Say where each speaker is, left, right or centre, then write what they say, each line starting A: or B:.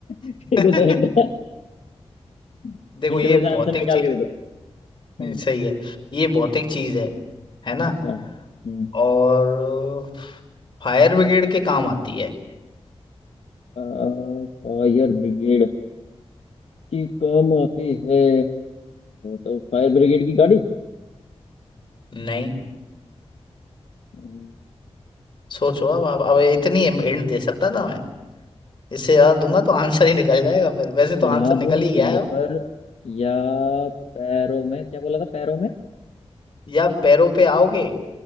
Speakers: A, on the left; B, on the left.
A: फिर
B: <laughs>
A: दे दो हिंट <laughs>
B: देखो
A: हिंट
B: ये
A: में से
B: भौतिक
A: आंसर निकाल
B: चीज
A: के दे दो हम्म
B: सही है ये भौतिक चीज है है ना
A: अच्छा हम्म
B: और फायर ब्रिगेड के काम आती है
A: फायर ब्रिगेड की काम आती है तो फायर ब्रिगेड की गाड़ी
B: नहीं
A: हम्म,
B: सोचो अब आप अब इतनी हिंट दे सकता था मैं इससे ज्यादा दूंगा तो आंसर ही निकल जाएगा फिर वैसे तो
A: चढ़ा
B: आंसर
A: दूं
B: निकल ही
A: सर
B: गया है अब।
A: पर या पैरों में क्या बोला था पैरों में
B: या पैरों पे आओगे